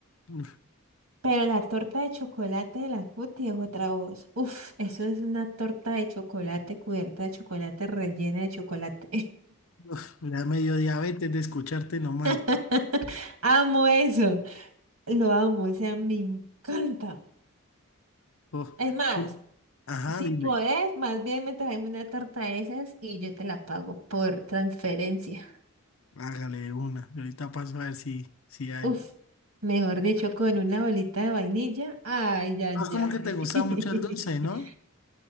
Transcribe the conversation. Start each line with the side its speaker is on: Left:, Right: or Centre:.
Left: <laughs> Uf,
Right: Pero la torta de chocolate de la Cuti es otra voz. Uf, eso es una torta de chocolate cubierta de chocolate rellena de chocolate.
Left: uf, me da medio diabetes de escucharte nomás.
Right: <laughs> Amo eso. Lo amo, o sea, me encanta.
Left: Uf.
Right: Es más,
Left: Ajá,
Right: si
Left: dime,
Right: podés, más bien me traes una torta de esas y yo te la pago por transferencia.
Left: hágale de una. y ahorita paso a ver si, si hay.
Right: Uf, mejor dicho, con una bolita de vainilla. Ay, ay,
Left: Ah, Es como
Right: ay.
Left: que te gusta
Right: <laughs>
Left: mucho el dulce, ¿no?